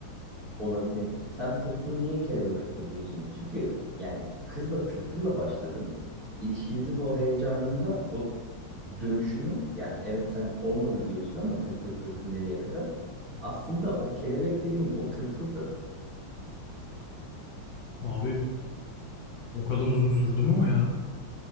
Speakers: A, on the right; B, on the left.
A: Olabilir. Sen tırtılı niye kelebek hatırlıyorsun? Çünkü yani kızla tırtılla başladın. İlişkinizin o heyecanında o dönüşümü yani evet sen olmadı diyorsun ama tırtıl tırtıl nereye kadar? Aslında o kelebek dediğin o tırtıldı.
B: Abi o kadar uzun sürdü mü o ya?